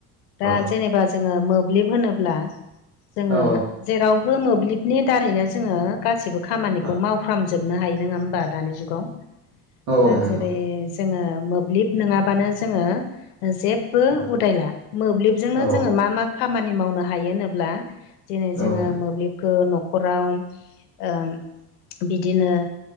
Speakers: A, on the left; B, on the right.
A: दा
B: औ
A: जेनेबा जोङो मोब्लिब होनोब्ला जोङो
B: औ
A: जेरावबो मोब्लिबनि दारैनो जोंङो गासिबो खामानिखौ
B: औ
A: मावफ्रामजोब हमनो हायो नंङा होमबा दानि जुगाव
B: औ
A: दा
B: नंगौ
A: जेरै जोंङो मोब्लिब नङाबानो जोंङो जेबो
B: औ
A: उदायला मोब्लिबजोंनो
B: औ
A: जोंङो मा मा खामानि मावनो हायो होनोब्ला दिनै जोङो
B: औ
A: मोब्लिब गो न'खराव ओ बिदिनो